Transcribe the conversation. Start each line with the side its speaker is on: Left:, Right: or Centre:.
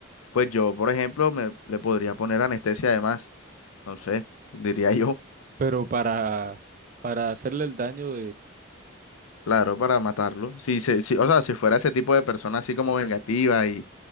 Left: pues yo, por ejemplo, me, le podría poner anestesia además, no sé, diría yo.
Right: pero para, para hacerle el daño
Left: Claro, para matarlo. Si se, si- o sea, si fuera ese tipo de persona así como vengativa y,